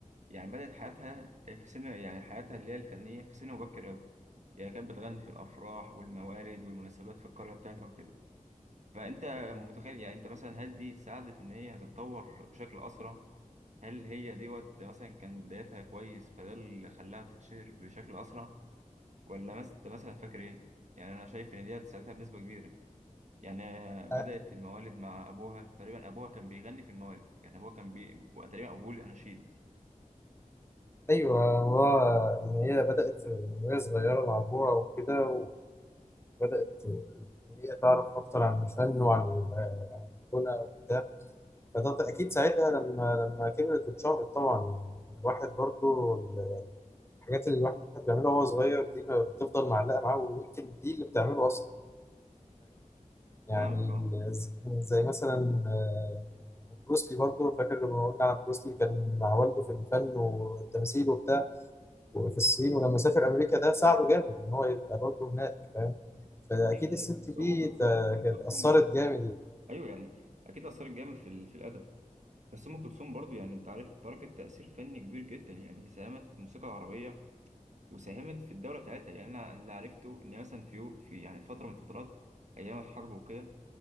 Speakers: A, on the right; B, on the left.
A: يعني بدأت حياتها في سن يعني حياتها اللي هي الفنية في سن مبكر قوي يعني كانت بتغني في الافراح والموالد والمناسبات في القرية بتاعتها وكده فانت متخيل يعني انت مثلا هل دي ساعدت ان هي تتطور بشكل اسرع هل هي دوت مثلا كان بدايتها كويس فده اللي خلاها تتشهر بشكل اسرع ولا مثلا مثلا فاكر ايه يعني انا شايف ان ديت ساعدتها بنسبة كبيرة يعني بدأت
B: آه،
A: في الموالد مع أبوها تقريبا أبوها كان بيغني في الموالد يعني أبوها كان بي... بيبقى تقريبا أبوه الأناشيد
B: ايوه هو ان هي بدأت من وهي صغيرة مع أبوها وكده وبدأت إن هي تعرف أكتر عن الفن وعن الغنى وبتاع فده أكيد ساعتها لما لما كبرت واتشهرت طبعا يعني الواحد برضو الحاجات اللي الواحد بيعملها وهو صغير دي بتفضل معلقة معاه ويمكن دي اللي بتعمله أصلا يعني
A: فاهمك أه
B: ز- زي مثلا آه، بروسلي برضه فاكر لما قلنا على بروسلي كان مع والده في الفن والتمثيل وبتاع وفي الصين ولما سافر امريكا ده ساعده جامد ان هو يبقى برضه هناك فاهم فاكيد
A: أيوة
B: الست
A: أيوة بس
B: دي
A: أم كلثوم
B: تا-
A: أم
B: كانت
A: كلثوم
B: اثرت
A: برضه
B: جامد
A: أيوه يعني أكيد أثرت جامد في ال... في الأدب بس أم كلثوم برضه يعني أنت عارف تركت تأثير فني كبير جدا يعني ساهمت في الموسيقى العربية وساهمت في الدولة بتاعتها يعني أنا اللي عرفته إن مثلا في يو- في يعني فترة من الفترات أيام الحرب وكده